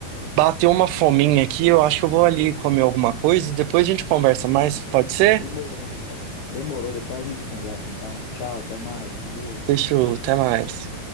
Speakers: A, on the right; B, on the left.
A: bateu uma fominha aqui, eu acho que eu vou ali comer alguma coisa e depois a gente conversa mais, pode ser?
B: Demorou, então. Demorou, depois a gente conversa, então. Tchau, até mais, com Deus.
A: Deixa eu, até mais.